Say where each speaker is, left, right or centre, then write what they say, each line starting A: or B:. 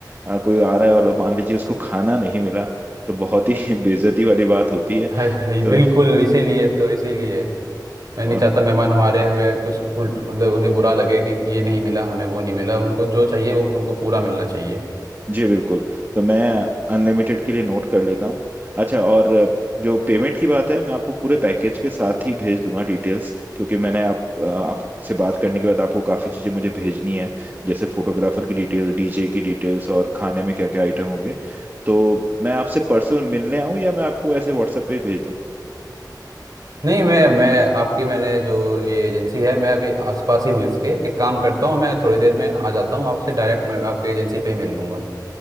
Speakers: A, on the right; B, on the right.
A: आ, कोई आ रहा है और मान लीजिए उसको खाना नहीं मिला तो बहुत ही <laughs> बेइज्जती वाली बात होती है
B: है, है,
A: तो
B: बिल्कुल इसीलिए तो इसीलिए मैं
A: और
B: नहीं चाहता मेहमान हमारे हमें कुछ उल्ट मतलब उन्हें बुरा लगे कि ये नहीं मिला हमें वो नहीं मिला उनको जो चाहिए वो उनको पूरा मिलना चाहिए
A: जी बिल्कुल तो मैं अनलिमिटेड के लिए नोट कर लेता हूँ अच्छा और अ, जो पेमेंट की बात है मैं आपको पूरे पैकेज के साथ ही भेज दूंगा डिटेल्स क्योंकि मैंने आप अ, आपसे बात करने के बाद आपको काफ़ी चीज़ें मुझे भेजनी है जैसे फोटोग्राफर की डिटेल डीजे की डिटेल्स और खाने में क्या क्या आइटम होंगे तो मैं आपसे पर्सनल मिलने आऊँ या मैं आपको ऐसे व्हाट्सएप पे ही भेज दूँ
B: नहीं मैं मैं आपकी मैंने जो ये एजेंसी है मैं अभी आसपास ही हूँ इसके एक काम करता हूँ मैं थोड़ी देर में आ जाता हूँ आपसे डायरेक्ट मैं आपके एजेंसी पे ही मिल लूँगा